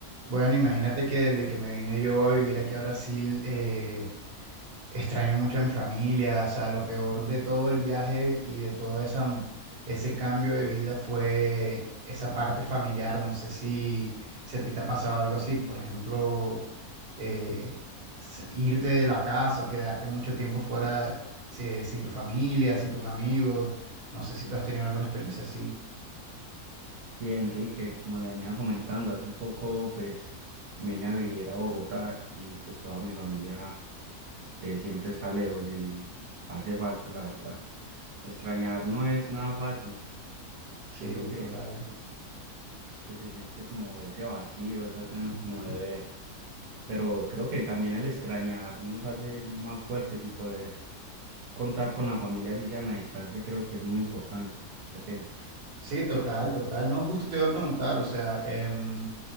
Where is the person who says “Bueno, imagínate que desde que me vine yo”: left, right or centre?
Right